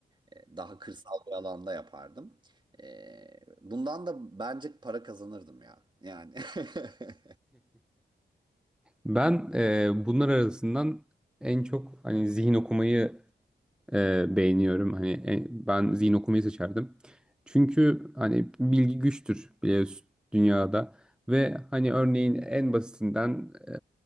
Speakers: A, on the right; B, in the centre.
A: E, daha kırsal bir alanda yapardım. E, bundan da bence para kazanırdım ya. Yani. <laughs>
B: Ben e, bunlar arasından en çok hani zihin okumayı e, beğeniyorum. Hani e, ben zihin okumayı seçerdim. Çünkü hani bilgi güçtür biliyorsun dünyada ve hani örneğin en basitinden e,